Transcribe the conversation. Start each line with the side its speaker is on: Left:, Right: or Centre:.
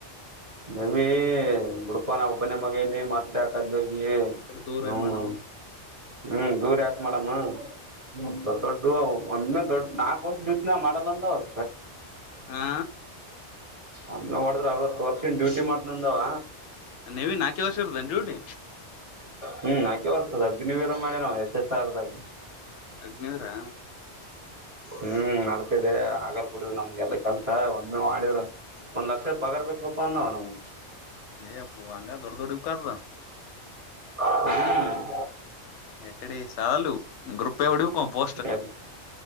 Right: ನೇವೀ ಬಿಡುಪಾ ನಾ ಒಬ್ಬನೇ ಮಗ ಏನೆ ಮಾಡ್ ದಾಕದೋಗಿ
Left: ಆ ಕಡೆ ದೂರ
Right: ಹ್ಮ್
Left: ಮಾಡಮ್ಮ
Right: ಹ್ಮ್ ದೂರ ಯಾಕ್ ಮಾಡಮ್ಮ ಹ್ಮ್ ದೊಡ್ ದೊಡ್ದು ಒಮ್ಮೆ ದೊಡ್ ನಾಕ ವರ್ಷ್ ದಿಂದ ಮಾಡಲ್ಲ ಅಂದ ಅವ್
Left: ಆ
Right: ಒಮ್ಮೆ ಮಾಡಿದ್ರ ಅರವತ್ತು ವರ್ಷನ್ ಡ್ಯೂಟಿ ಮಾಡ್ತ್ ನಂದಾವ
Left: ನೇವಿ ನಾಕೆ ವರ್ಷ ಇರುದೇನ್ ಡ್ಯೂಟಿ
Right: ಹ್ಮ್ ಯಾಕೆ ಬರ್ತದ ಅಗ್ನಿವೀರ ಮಳೆ ನಾವು ಎಸ್ ಎಸ್ ಸರ್ದಾಗ
Left: ಅಗ್ನಿವೀರ
Right: ಹ್ಮ್ ನಡ್ತಿದೆ ಆಗಲ್ ಬೀಡು ನಮ್ಗೆಲ್ಲಾ ಕೆಲ್ಸ ಒಮ್ಮೆ ಮಾಡಿದ್ರ ಒಂದ್ ಲಕ್ಷದ್ ಪಗರ್ಬೇಕಪ್ಪ ಅಂದ ನಾವು
Left: ಏಪ್ಪು ಹಂಗ ದೊಡ್ ದೊಡ್ದುಕಾದ್ವ
Right: ಹ್ಮ್
Left: ಎಕಡೆ ಸಾಲು ಗ್ರೂಪ್ <unintelligible>
Right: ಎ